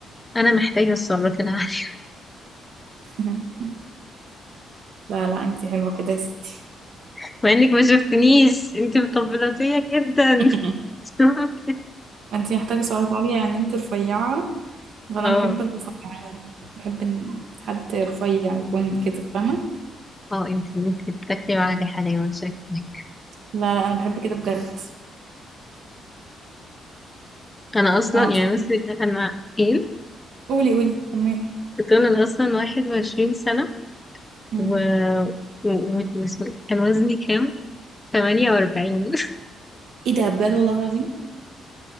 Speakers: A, on the left (about 15°); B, on the right (about 70°).
A: انا محتاجه السعرات العاليه
B: <laughs> لا لا انتي حلوة كده يا ستي
A: <laughs> مع انك ما شفتنيش انت مطبلاتيه جدا <laughs>
B: <laughs>
A: مش ممكن.
B: ما انتي محتاجة سعرات عالية يعني انتي رفيعة فأنا
A: اه
B: بحب الرفيعين بحب إن حد رفيع يكون كده فاهمة
A: اه انت انت بتاكلي معايا حلاوه شكلك
B: لا لا أنا بحب كده بجد
A: انا اصلا
B: أنا أصلا
A: يعني بس انا ايه
B: قولي قولي كملي
A: بتقول انا اصلا 21 سنه
B: مم.
A: و... و... و... واسمه- كان وزني كام تمانية وأربعين <laughs>
B: ايه ده بجد والله العظيم